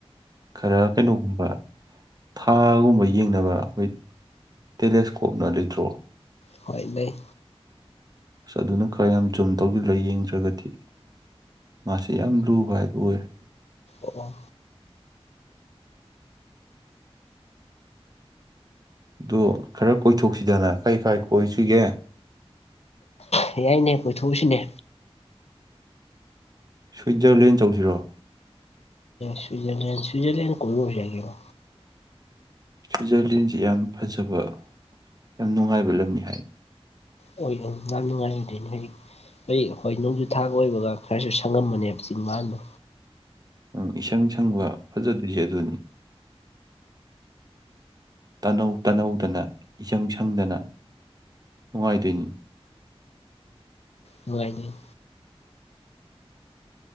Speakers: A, on the right; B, on the left.
A: ꯈꯔ ꯀꯩꯅꯣꯒꯨꯝꯕ ꯊꯥꯒꯨꯝꯕ ꯌꯦꯡꯅꯕ ꯑꯩꯈꯣꯏ ꯇꯦꯂꯦꯁꯀꯣꯞꯅ ꯂꯩꯇ꯭ꯔꯣ
B: ꯍꯣꯏ ꯂꯩ
A: ꯑꯁ ꯑꯗꯨꯅ ꯈꯔ ꯌꯥꯝ ꯆꯨꯝ ꯇꯧꯁꯤꯜꯂ ꯌꯦꯡꯗ꯭ꯔꯒꯗꯤ ꯃꯥꯁꯤ ꯌꯥꯝ ꯂꯨꯕ ꯍꯥꯏꯗꯨ ꯑꯣꯏꯔꯦ
B: ꯑꯣ
A: ꯑꯗꯨ ꯈꯔ ꯀꯣꯏꯊꯣꯛꯁꯤꯗꯅ ꯀꯩ ꯀꯥꯏ ꯀꯣꯏꯁꯤꯒꯦ
B: ꯍ ꯌꯥꯏꯅꯦ ꯀꯣꯏꯊꯣꯛꯎꯁꯤꯅꯦ
A: ꯁ꯭ꯋꯤꯖꯔꯂꯦꯟ ꯆꯠꯂꯨꯁꯤꯔꯣ
B: ꯁꯨꯏꯖꯔꯂꯦꯟ ꯁꯨꯏꯖꯔꯂꯦꯟ ꯀꯣꯢꯔꯨꯔꯁꯨ ꯌꯥꯢ ꯀꯩꯅꯣ
A: ꯁ꯭ꯋꯤꯖꯔꯂꯦꯟꯁꯤ ꯌꯥꯝ ꯐꯖꯕ ꯌꯥꯝ ꯅꯨꯡꯉꯥꯏꯕ ꯂꯝꯅꯤ ꯍꯥꯏ
B: ꯑꯣꯗꯣꯢꯅꯦ ꯌꯥꯝ ꯅꯨꯡꯉꯥꯢꯅꯗ꯭ꯔꯦꯅꯦ ꯍꯧꯖꯤꯛ ꯑꯩ ꯍꯣꯏ ꯅꯣꯡꯖꯨ ꯊꯥ ꯑꯣꯏꯕꯒ ꯈꯔꯁꯨ ꯁꯪꯉꯝꯃꯅꯦꯕ ꯆꯤꯡꯃꯥꯟꯗꯣ
A: ꯎꯝ ꯏꯁꯪ ꯁꯪꯕ ꯐꯖꯗꯣꯏꯖꯦ ꯑꯗꯨꯅꯤ ꯇꯅꯧ ꯇꯅꯧꯗꯅ ꯏꯁꯪ ꯁꯪꯗꯅ ꯅꯨꯡꯉꯥꯏꯗꯣꯏꯅꯤ
B: ꯅꯨꯡꯉꯥꯢꯅꯤ